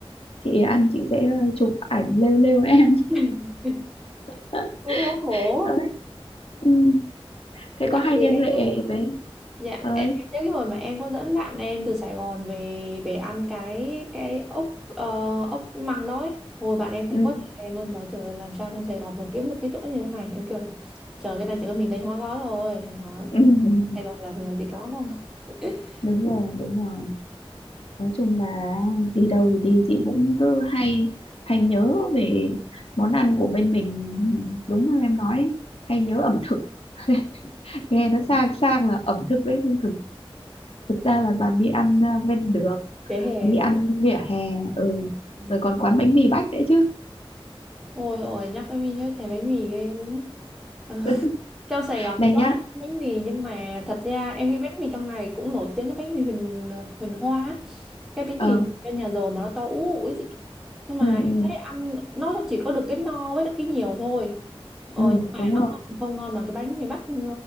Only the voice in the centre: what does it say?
<laughs>
Cái đau khổ.
tại
vì
em
nhớ
Dạ,
em
em nhớ cái hồi mà em có dẫn bạn em từ Sài Gòn về về ăn cái cái ốc ờ, ốc măng đó ấy. Hồi bạn em khen
quá trời khen luôn bảo trời ơi, làm sao trong Sài Gòn mà kiếm được cái chỗ như thế này. Em kêu là trời cái này chỉ có mình Thanh Hóa có thôi. Thanh Hóa
Sài Gòn là là chỉ có thôi. <laughs>
Vỉa hè
đúng
không?
Ừ.
Ôi ôi nhắc đến mình nhớ thèm bánh mì ghê luôn á. Ờ.
Trong Sài Gòn
em
có một bánh mì nhưng mà thật ra em nghĩ bánh mì trong này cũng nổi tiếng cái bánh mì Huỳnh Huỳnh Hoa á. cái bánh
mì bên nhà giàu mà nó to ú ủi chị nhưng mà
em thấy ăn nó chỉ có được cái no với lại cái nhiều thôi ờ,
nhưng mà
nó
không ngon bằng cái bánh mì Bắc ừ,